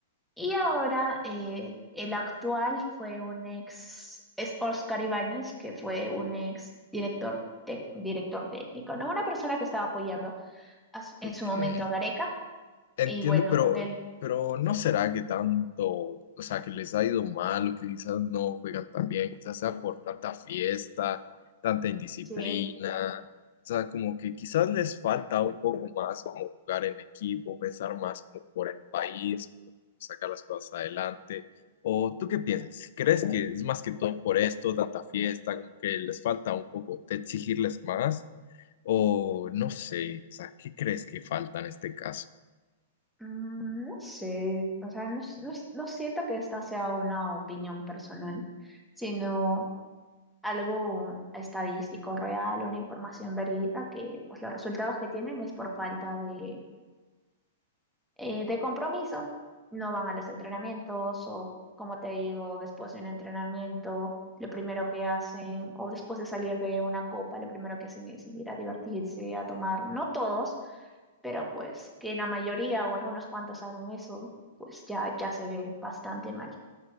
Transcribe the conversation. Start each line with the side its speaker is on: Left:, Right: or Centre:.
Centre: Y ahora eh, el actual fue un ex, es Óscar Ibáñez, que fue un ex director, tec- director técnico, ¿no? Una persona que estaba apoyando a su- en
Left: Ok.
Centre: su momento a Gareca,
Left: Entiendo,
Centre: y bueno,
Left: pero,
Centre: con él.
Left: pero ¿no será que tanto, o sea, que les ha ido mal o que quizás no juegan tan bien? Quizás sea por tanta fiesta, tanta indisciplina.
Centre: Sí.
Left: O sea, como que quizás les falta un poco más como jugar en equipo, pensar más como por el país, como sacar las cosas adelante. ¿O tú qué piensas? ¿Crees que es más que todo por esto, tanta fiesta, como que les falta un poco de exigirles más? ¿O no sé? O sea, ¿qué crees que falta en este caso?
Centre: Mm, No sé, o sea, no, s- no s- no siento que esta sea una opinión personal, sino algo estadístico real, una información verídica que pues los resultados que tienen es por falta de, eh, de compromiso, no van a los entrenamientos o como te digo, después de un entrenamiento, lo primero que hacen o después de salir de una copa, lo primero que hacen es ir a divertirse, a tomar, no todos, pero pues que la mayoría o algunos cuantos hagan eso, pues ya, ya se ve bastante mal.